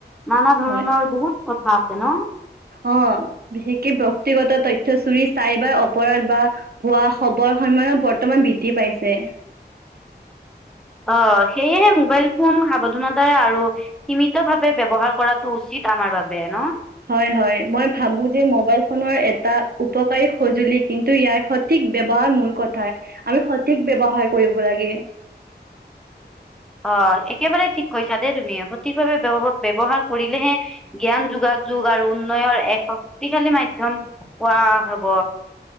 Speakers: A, in the centre; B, on the right.
A: নানা ধৰণৰ
B: হয়।
A: বহুত কথা আছে ন
B: অ বিশেষকে ব্যক্তিগত তথ্য চুৰি চাইবাৰ অপৰাধ বা ভোৱা খবৰ সময়ত বৰ্তমান বৃদ্ধি পাইছে।
A: অ সেয়েহে মোবাইল ফোন সাৱধানতাৰে আৰু সীমিতভাৱে ব্যৱহাৰ কৰাটো উচিত আমাৰ বাবে ন
B: হয় হয় মই ভাবো যে মোবাইল ফোনৰ এটা উপকাৰী সজুলি কিন্তু ইয়াৰ সঠিক বৱহাৰ মূল কথা। আমি সঠিক বৱহাৰ কৰিব লাগে।
A: অ একেবাৰে ঠিক কৈছা দেই তুমি সঠিকভাৱে ব্যৱ ব্যৱহাৰ কৰিলেহে জ্ঞান যোগাযোগ আৰু উন্নয়ৰ এক শক্তিশালী মাধ্যম পোৱা হব।